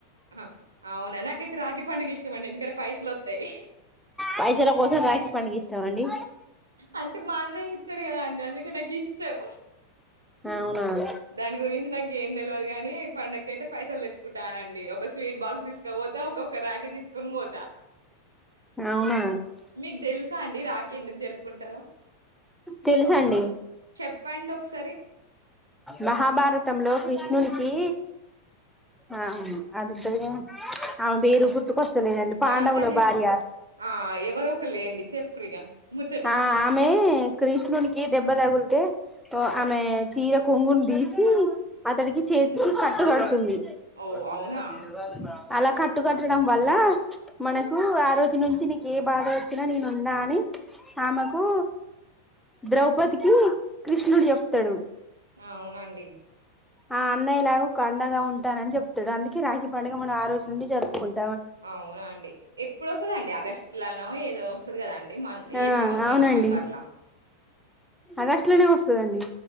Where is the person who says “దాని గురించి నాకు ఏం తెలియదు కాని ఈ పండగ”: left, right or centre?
Right